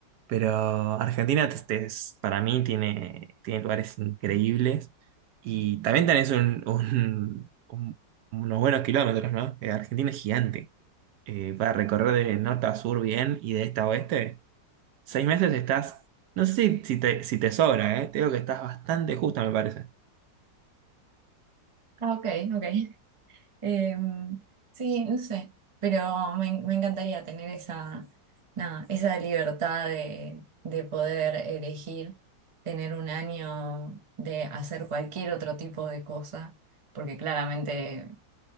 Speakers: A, on the right; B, on the right.
A: pero Argentina te- te es- para mí tiene, tiene lugares increíbles y también tenés un- un- un- unos buenos kilómetros, ¿no? Eh, Argentina es gigante. Eh, para recorrer de norte a sur bien y de este a oeste, seis meses estás, no sé si, si te, si te sobra, ¿eh? Te digo que estás bastante justa, me parece.
B: Ah, ok, ok. Eh, sí, no sé, pero me, me encantaría tener esa, nada, esa libertad de, de poder elegir, tener un año de hacer cualquier otro tipo de cosa, porque claramente